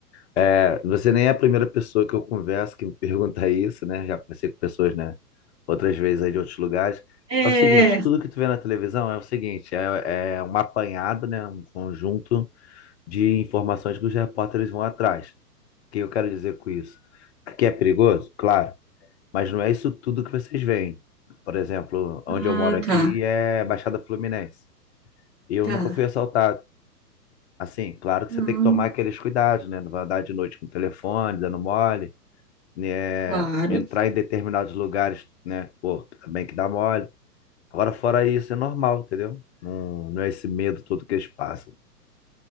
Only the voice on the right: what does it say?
É.
Ah,
tá,
tá.
Ah.
Claro.